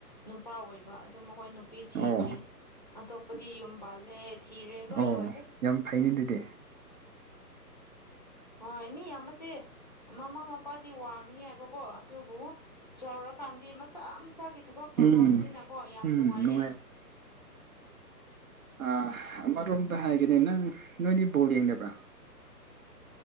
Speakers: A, on the left; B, on the right.
A: ꯅꯨꯄꯥ ꯑꯣꯏꯕ ꯑꯗꯨ ꯃꯈꯣꯏ ꯅꯨꯄꯤ ꯊꯤꯗ꯭ꯔꯤ
B: ꯑꯣ
A: ꯑꯩꯗꯤ ꯌꯨꯝ ꯄꯥꯜꯂꯦ ꯊꯤꯔꯦ ꯂꯣꯏ
B: ꯑꯣ
A: ꯂꯣꯏꯔꯦ
B: ꯌꯥꯝ ꯐꯩꯅꯤ ꯑꯗꯨꯗꯤ
A: ꯍꯣꯏ ꯃꯤꯌꯥꯝꯁꯦ ꯃꯃꯥ ꯃꯄꯥꯗꯤ ꯋꯥꯒꯅꯤ ꯍꯥꯏꯕꯀꯣ ꯑꯗꯨꯕꯨ ꯆꯥꯎꯔꯀꯥꯟꯗꯤ ꯃꯆꯥꯥ ꯃꯁꯥꯒꯤ ꯊꯕꯛ ꯇꯧꯅꯕꯅꯤꯅꯀꯣ
B: ꯎꯝ
A: ꯌꯥꯝ
B: ꯎꯝ
A: ꯅꯨꯡꯉꯥꯏꯌꯦ
B: ꯅꯨꯡꯉꯥꯏꯔꯝꯒꯅꯤ ꯑꯥ ꯑꯃꯔꯣꯝꯗ
A: ꯎꯝ
B: ꯍꯥꯏꯒꯅꯤ ꯅꯪ ꯅꯣꯏꯗꯤ ꯕꯣꯜ ꯌꯦꯡꯗꯕ꯭ꯔꯥ